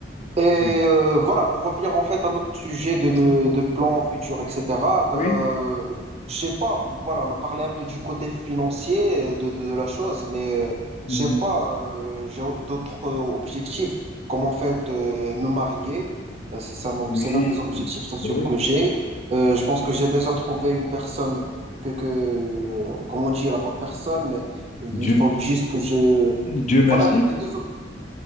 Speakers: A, on the right (about 35°); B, on the left (about 40°).
A: Et
B: Mm.
A: euh, voilà, pour revenir en fait à notre sujet de, de,
B: Mhm.
A: de plans futurs, etc., ben,
B: Oui.
A: je sais pas, voilà, on a parlé un peu du côté financier euh, de, de, de la chose, mais euh,
B: Mhm.
A: je sais pas, euh, j'ai autre- d'autres euh, objectifs, comme en fait euh, me marier, ben, c'est ça, mon-
B: Oui.
A: c'est l'un des objectifs sociaux
B: Ben oui.
A: que j'ai. Euh, je pense que j'ai déjà trouvé une personne que, que euh, comme on dit, la bonne personne, il
B: Dieu
A: faut juste que je...
B: Dieu merci.
A: Voilà, les, les deux... ob-